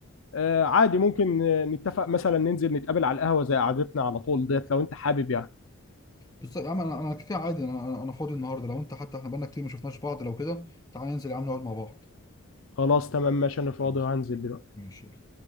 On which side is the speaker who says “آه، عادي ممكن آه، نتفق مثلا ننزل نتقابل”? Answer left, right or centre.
Left